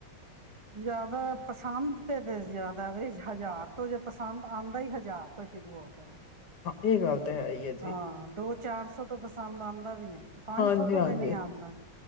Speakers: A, on the right (about 20°); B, on the left (about 70°).
A: ਜ਼ਿਆਦਾ ਪਸੰਦ ਏ ਤੇ ਜ਼ਿਆਦਾ ਏ ਬਈ, ਹਜ਼ਾਰ ਤੋਂ ਜੇ ਪਸੰਦ ਆਉਂਦਾ ਹੀ ਹਜ਼ਾਰ ਤੋਂ ਸ਼ੁਰੂ ਹੋ ਕੇ
B: ਹਾਂ ਇਹ ਗੱਲ ਤਾਂ ਹੈ ਹੀ ਹੈ ਜੀ
A: ਹਾਂ ਦੋ ਚਾਰ ਸੌ ਤੋਂ ਪਸੰਦ ਆਉਂਦਾ ਵੀ ਨਹੀਂ ਪੰਜ
B: ਹਾਂਜੀ
A: ਸੌ ਤੋਂ
B: ਹਾਂਜੀ
A: ਵੀ ਨਹੀਂ ਆਉਂਦਾ